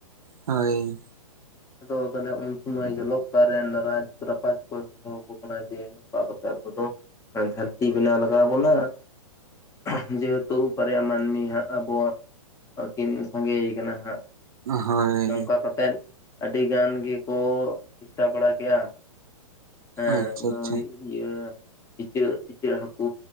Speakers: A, on the right; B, on the left.
A: ᱦᱳᱭ
B: ᱟᱫᱚ ᱛᱟᱦᱚᱞᱮ ᱩᱱ ᱥᱚᱢᱚᱭ ᱡᱚᱞᱚᱠᱠᱟᱨ ᱨᱮᱱ ᱨᱟᱡᱽ, ᱨᱟᱯᱟᱡᱽ ᱠᱚᱭ ᱦᱚᱦᱚ ᱟᱠᱚ ᱠᱟᱱᱟ ᱡᱮ, ᱚᱱᱠᱟ ᱠᱟᱛᱮ ᱟᱵᱚ ᱫᱚ ᱫᱷᱟᱹᱨᱛᱤ ᱵᱮᱱᱟᱣ ᱞᱟᱜᱟᱣ ᱵᱚᱱᱟ᱾ <unintelligible> ᱡᱮᱦᱮᱛᱩ ᱵᱟᱨᱭᱟ ᱢᱟᱹᱱᱢᱤ ᱦᱟᱸᱜ ᱟᱵᱚ ᱠᱤᱱ ᱥᱟᱸᱜᱮ ᱠᱟᱱᱟ ᱦᱟᱸᱜ,
A: ᱦᱳᱭ
B: ᱱᱚᱝᱠᱟ ᱠᱟᱛᱮᱫ ᱟᱹᱰᱤ ᱜᱟᱱ ᱜᱮᱠᱚ ᱪᱮᱥᱴᱟ ᱵᱟᱲᱟ ᱠᱮᱜᱼᱟ ᱦᱮᱸ
A: ᱟᱪᱪᱷᱟ
B: ᱱᱩᱭ
A: ᱟᱪᱪᱷᱟ
B: ᱤᱭᱟᱹ ᱤᱪᱟᱹᱜ ᱤᱪᱟᱹᱜ ᱦᱟᱹᱠᱩ